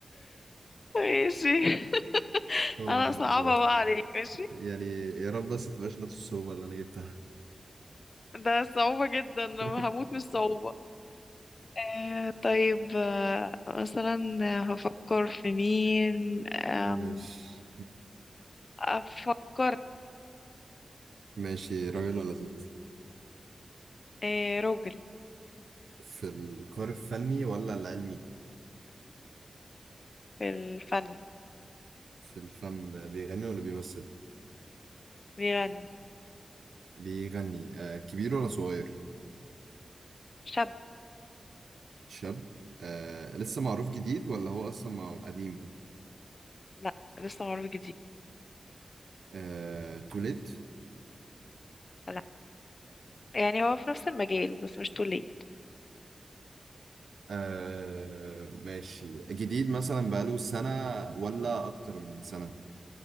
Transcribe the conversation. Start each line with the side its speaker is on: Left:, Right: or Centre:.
Left: ماشي <laughs>
Right: هو
Left: انا
Right: أحمد
Left: صعبة
Right: زويل
Left: بقى عليك ماشي
Right: يعني يا رب بس تبقاش نفس الصعوبة اللي أنا جبتها
Left: ده صعوبة جدا
Right: <laughs>
Left: هموت من الصعوبة آه طيب آه مثلا هفكر في مين آم،
Right: مش
Left: افكر
Right: ماشي راجل ولا ست
Left: آه راجل
Right: في الكار الفني ولا العلمي
Left: في الفن
Right: في الفن بيغني ولا بيمثل
Left: بيغني
Right: بيغني آه كبير ولا صغير
Left: شاب
Right: شاب آه لسه معروف جديد ولا هو أصلا مع- قديم؟
Left: لا لسه معروف جديد
Right: آه توليت
Left: لا يعني هو في نفس المجال بس مش توليت
Right: آه ماشي جديد مثلا بقاله سنة ولا أكتر من سنة